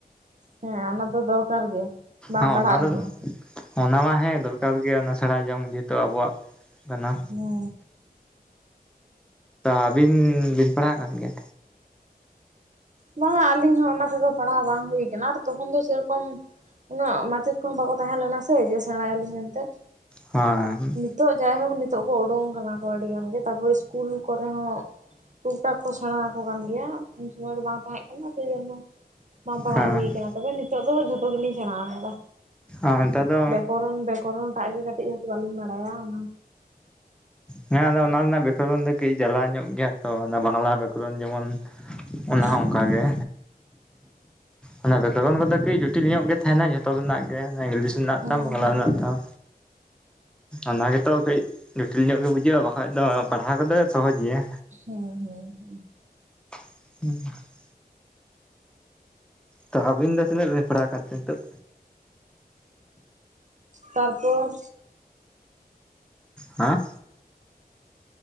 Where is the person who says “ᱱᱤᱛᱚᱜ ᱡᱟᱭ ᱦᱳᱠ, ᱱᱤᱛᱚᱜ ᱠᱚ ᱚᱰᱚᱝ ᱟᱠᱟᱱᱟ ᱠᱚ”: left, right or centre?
Right